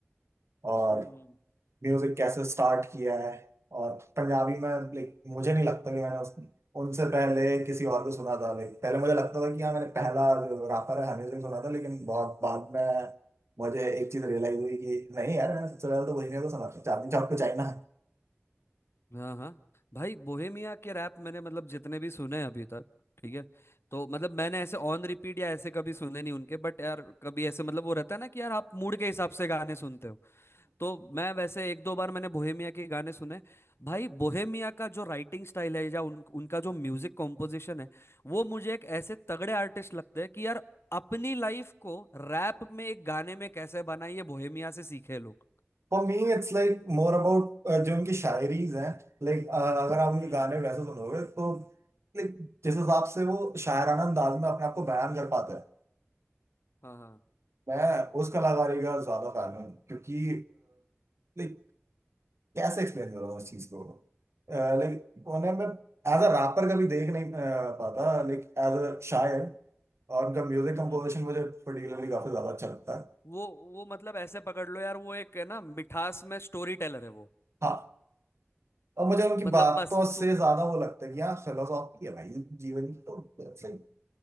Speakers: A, on the right; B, on the left.
A: और
B: हम्म।
A: म्यूजिक कैसे स्टार्ट किया है और पंजाबी में लाइक मुझे नहीं लगता कि मैंने उस, उनसे पहले किसी और को सुना था लाइक पहले मुझे लगता था कि हाँ मैंने पहला जो रैपर है हनी सिंह सुना था लेकिन बहुत बाद में मुझे एक चीज रियलाइज हुई कि नहीं यार मैंने सबसे पहले तो वही ने तो सुना था Chandni Chowk to China
B: हाँ हाँ भाई बोहेमिया के रैप मैंने मतलब जितने भी सुने हैं अभी तक ठीक है तो मतलब मैंने ऐसे ऑन रिपीट या ऐसे कभी सुने नहीं उनके बट यार कभी ऐसे मतलब वो रहता है ना कि यार आप मूड के हिसाब से गाने सुनते हो तो मैं वैसे एक दो बार मैंने बोहेमिया के गाने सुने भाई बोहेमिया का जो राइटिंग स्टाइल है या उन, उनका जो म्यूजिक कॉम्पोजिशन है वो मुझे एक ऐसे तगड़े आर्टिस्ट लगते हैं कि यार अपनी लाइफ को रैप में एक गाने में कैसे बनाइए बोहेमिया से सीखे लोग
A: For me it's like more about जो उनकी शायरीज हैं लाइक अगर आप
B: हम्म
A: उनके गाने वैसे सुनोगे तो लाइक जिस हिसाब से वो शायराना अंदाज में अपने आप को बयान कर पाते हैं
B: हाँ हाँ
A: मैं उस कलाकारी का ज्यादा फैन हूँ क्योंकि लाइक कैसे एक्सप्लेन करूँ उस चीज को लाइक उन्हें मैं एज अ रैपर कभी देख नहीं अ, पाता लाइक एज अ शायर और उनका म्यूजिक
B: हम्म,
A: कंपोजिशन
B: हम्म।
A: मुझे पर्टिकुलरली काफी ज्यादा अच्छा लगता है
B: वो वो मतलब ऐसे पकड़ लो यार वो एक है ना मिठास में स्टोरी टेलर है वो
A: हाँ और मुझे उनकी
B: मतलब
A: बातों
B: बस
A: से
B: तुम
A: ज्यादा वो लगता है कि हाँ फिलोसॉफी है भाई जीवन की तो it's like-